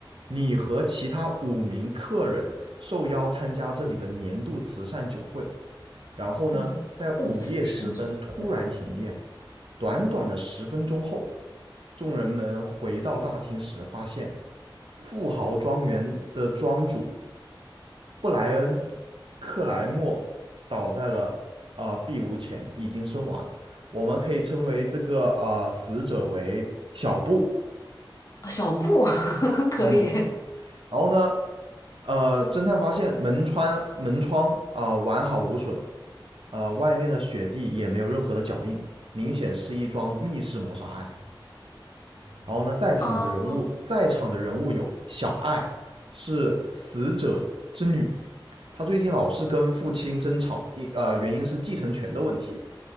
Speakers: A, on the right; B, on the left.
A: 你和其他五名客人受邀参加这里的年度慈善酒会。然后呢，
B: 你
A: 在午夜时分突然停电。
B: <laughs> 不慈善组会
A: 短短的十分钟后，众人们回到大厅时，发现富豪庄园的庄主布莱恩·克莱默倒在了啊呃壁炉前，已经身亡。我们可以称为这个啊呃死者为小布。
B: 啊，小布 <laughs> 可以。
A: 嗯，然后呢，呃，侦探发现门窗门窗啊、呃完好无损，呃，外面的雪地也没有任何的脚印，明显是一桩密室谋杀案。然后呢，在场的人物，
B: 啊
A: 在场的人物有小爱是死者之女，她最近老是跟父亲争吵，一呃原因是继承权的问题。